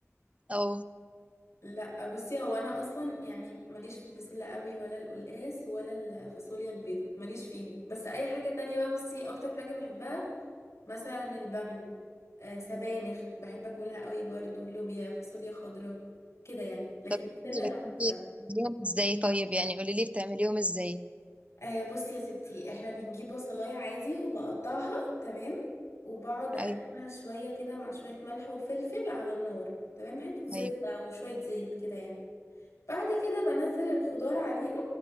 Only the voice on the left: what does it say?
لا بصي هو انا اصلا يعني ماليش في البسلة قوي ولا القلقاس ولا الفاصوليا البيضاء ماليش فيهم بس اي حاجة تانية بقى بصي اكتر حاجة بحبها مثلا البامية آه سبانخ بحب اكلها قوي برضو لوبيا فاصوليا خضراء كده يعني لكن
البسلة
لا
بصراحة
آه بصي يا ستي احنا بنجيب بصلاية عادي وبقطعها تمام وبقعد اقلبها
شوية كده مع شوية ملح وفلفل على النار تمام حتة زبدة
وشوية زيت كده يعني بعد كده بنزل الخضار عليهم